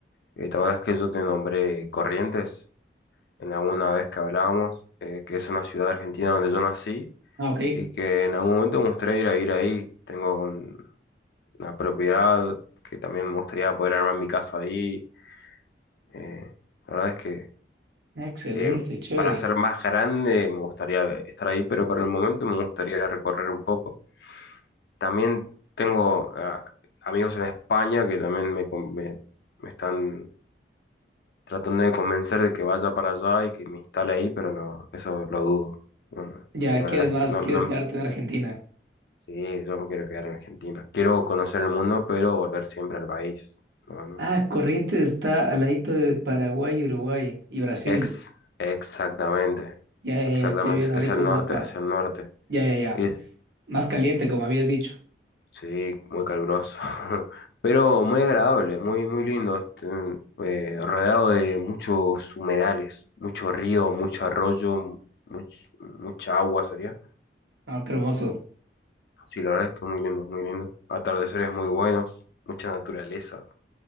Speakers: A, on the left; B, on the right.
A: eh, ¿te acuerdas que yo te nombré Corrientes en alguna vez que hablábamos? Eh, que es una ciudad argentina donde yo nací
B: Ah, ok.
A: y que en algún momento me gustaría ir a vivir ahí. Tengo un- una propiedad que también me gustaría poder armar mi casa ahí Eh, la verdad es que
B: Excelente,
A: eh,
B: chévere.
A: para ser más grande me gustaría estar ahí, pero por el momento me gustaría recorrer un poco. También tengo ah, amigos en España que también me, con- me, me están tratando de convencer de que vaya para allá y que me instale ahí, pero no, eso lo dudo. No, no,
B: Ya,
A: la verdad
B: ¿quieres
A: es
B: más?
A: que no,
B: ¿Quieres
A: no,
B: quedarte en Argentina?
A: sí, yo me quiero quedar en Argentina. Quiero conocer el mundo, pero volver siempre al país. No, no.
B: Ah, Corrientes está al ladito de Paraguay, Uruguay y Brasil.
A: Ex, exactamente,
B: Ya, ya,
A: exactamente,
B: ya, estoy viendo ahorita
A: es el
B: un
A: norte,
B: mapa.
A: es el norte.
B: Ya, ya, ya.
A: Y
B: Más caliente, como habías dicho.
A: Sí, muy caluroso, <laughs> pero muy agradable, muy, muy lindo, este, eh, rodeado de muchos humedales, mucho río, mucho arroyo, much- mucha agua sería.
B: Ah, qué hermoso.
A: Sí, la verdad es que muy lindo, muy lindo. Atardeceres muy buenos, mucha naturaleza.